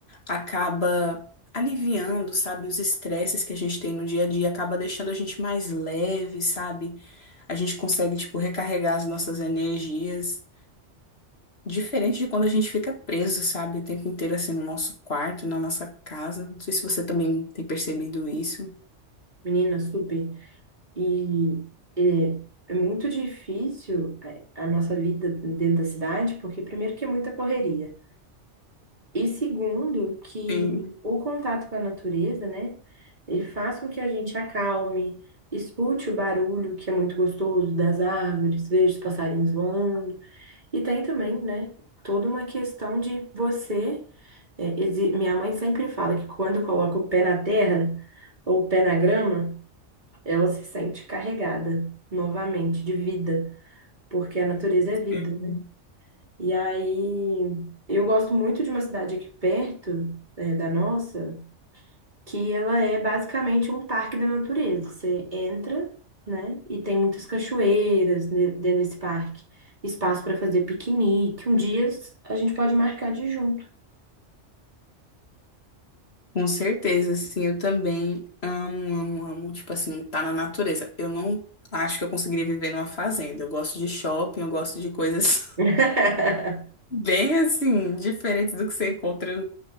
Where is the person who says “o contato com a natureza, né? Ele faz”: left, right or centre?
Right